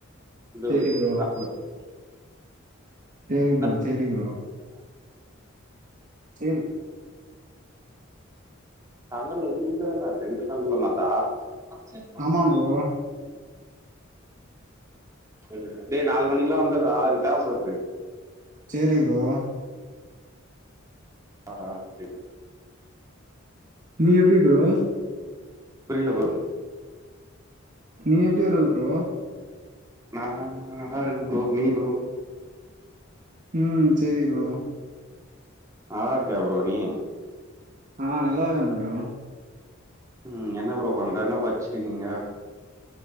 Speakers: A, on the right (about 15°); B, on the right (about 40°).
A: இது
B: சேரி ப்ரோ
A: <unintelligible>
B: சேரி
A: <unintelligible>
B: ப்ரோ சேரி ப்ரோ சேரி
A: சண்டல வீட்லதான்டா இருக்க இந்த சம்பள தான்டா ஃபங்க்ஷன் <unintelligible>
B: ஆமா ப்ரோ
A: தெரில டே நாலு மணிக்குலா வந்துடுறா எனக்கு தேவப்படுது
B: சேரி ப்ரோ
A: ஆ செரி
B: நீ எப்டி ப்ரோ
A: புரில ப்ரோ
B: நீ எப்டி வருவ ப்ரோ
A: நா நல்லாருக்க ப்ரோ நீ ப்ரோ
B: ம் சேரி ப்ரோ
A: நல்லாருக்கியா ப்ரோ நீ
B: ஆ நல்லாருக்ற ப்ரோ
A: ம் என்ன ப்ரோ பண்ற என்ன படிச்சுட்ருக்கிங்க